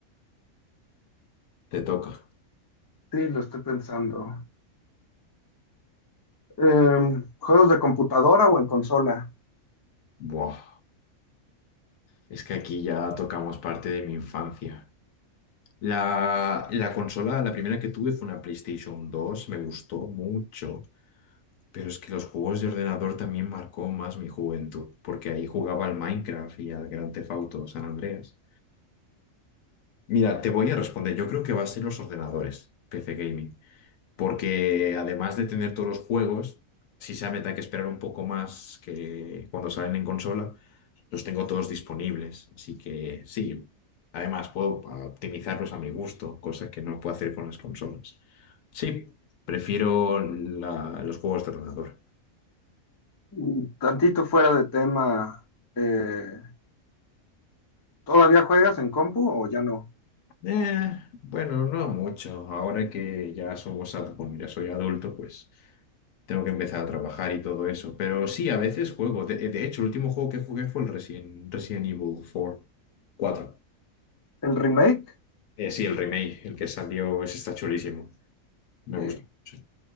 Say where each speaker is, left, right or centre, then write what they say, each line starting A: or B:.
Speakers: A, on the left (about 70°); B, on the left (about 25°).
A: Te toca.
B: sí, lo estoy pensando. Eh, juegos de computadora o en consola.
A: Buah, es que aquí ya tocamos parte de mi infancia. La, la consola, la primera que tuve fue una PlayStation dos me gustó mucho, pero es que los juegos de ordenador también marcó más mi juventud, porque ahí jugaba al Minecraft y al Grand Theft Auto San Andreas. Mira, te voy a responder, yo creo que va a ser los ordenadores, PC Gaming, porque además de tener todos los juegos, sí se me da que esperar un poco más que cuando salen en consola los tengo todos disponibles, así que sí. Además, puedo ah, optimizarlos a mi gusto, cosa que no puedo hacer con las consolas. Sí, prefiero la- los juegos de ordenador.
B: Mm, Tantito fuera de tema. eh, ¿todavía juegas en compu o ya no?
A: Eh, bueno, no mucho. Ahora que ya somos, ad- bueno, ya soy adulto, pues tengo que empezar a trabajar y todo eso. Pero sí, a veces juego. De, de hecho, el último juego que jugué fue el Resident, Resident Evil 4. 4.
B: El remake.
A: Eh, sí, el remake, el que salió, ese está chulísimo. Me
B: Sí,
A: gustó. mucho.